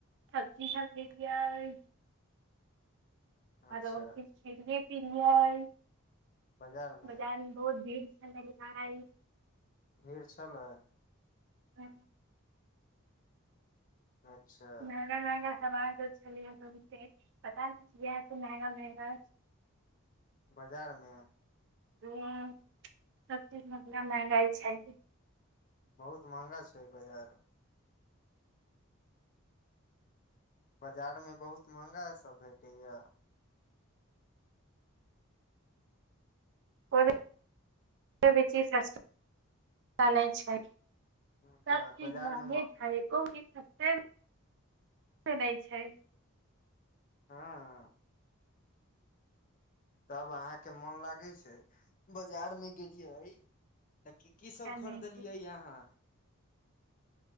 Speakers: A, on the right; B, on the left.
A: सब्जी खरिदलियै
B: <inaudible> <unintelligible> अच्छा
A: आरो फेर खेलियै पी लियै
B: बाजार मे
A: बजारमे बहुत भीड़ चनइ
B: भीड़ छलै
A: ह
B: अच्छा
A: महंगा महंगा समानो छलियै बहुते पता नहि त महगा महेगा
B: बाजारमे
A: ह्म सबचीज
B: हूँ,
A: महंगा महंगाइ छै
B: बहुत महँगा छै बाजार बाजारमे बहुत महंगास सब भेटैया
A: ओ बेचीसा चै छै
B: अच्छा
A: सब चीज
B: बाजार
A: महंगे
B: मे म
A: छै एको गो चिज सस्ता से नहि छै
B: हँ तब अहाँके मोन लागै छै बजारमे गेलियै तऽ की की सब
A: तै
B: खरीदलियै
A: नै छै
B: आहाँ